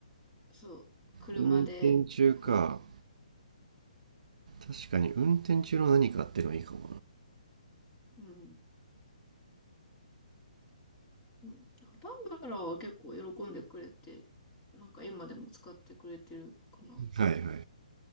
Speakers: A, on the left; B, on the right.
A: う、そう、車で、
B: 運転中か。
A: こ
B: 確かに運転中の何かってのはいいかも
A: う、うん、うん。でもタンブラーは結構喜んでくれて、なんか今でも使ってくれてるかな。
B: な。はいはいはい。